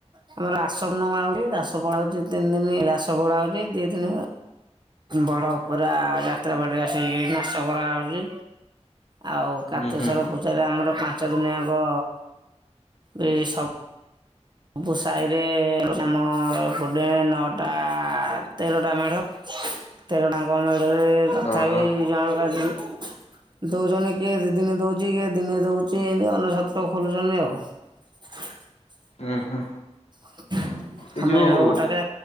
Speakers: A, on the right; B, on the left.
A: ଆମର ଆସନମା ହୁଏ। ରାଷ ପଳା ହଉଛି ତିନି ଦିନି, ରାସ ପଳା ହଉଛି ଦି ଦିନ ବଡ ଅପେରା ଯାତ୍ରା ପାର୍ଟି ଆସି କି ନାଚ କରାହଉଛି। ଆଉ କାର୍ତ୍ତିସର
B: ହୁଁ ହୁଁ
A: ପୂଜାରେ ଆମର ପାଞ୍ଚ ଦିନିଆଙ୍କ ବି ସବୁ ସବୁ ସାାହିରେ ଆମର ଏପଟେ ନଅଟା, ତେରଟା ମେଢ ତେର ଟାଙ୍କ ମେଢରେ ତଥାପି
B: ଓହୋ
A: ଜଣକା ଦଉଛନ୍ତି, କିଏ ଦି ଦିନେ ଦଉଛି, କିଏ ଦିନେ ଦଉଛି, ଏମତି ଅନ୍ନ ଛତ୍ର ଖୋଲୁଛନ୍ତି ଆଉ। <unintelligible>
B: ଉଁ ହୁଁ
A: <inaudible>
B: ଏଇ
A: ଆ
B: ଯୋଉ
A: ମେଢ ଗୋଟାକେ